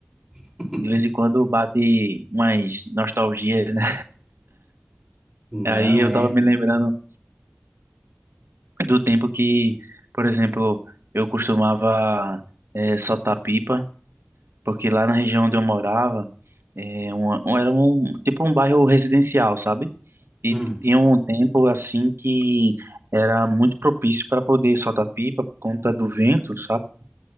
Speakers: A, in the centre; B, on the right.
A: <laughs>
B: De vez em quando bate umas nostalgias, né? <laughs>
A: não
B: Aí eu
A: é.
B: tava me lembrando do tempo que, por exemplo, eu costumava eh, soltar pipa, porque lá na região onde eu morava, eh, um, um- era um tipo um bairro residencial, sabe? E
A: Hum.
B: t- tinha um tempo assim que era muito propício para poder soltar pipa por conta do vento, sabe?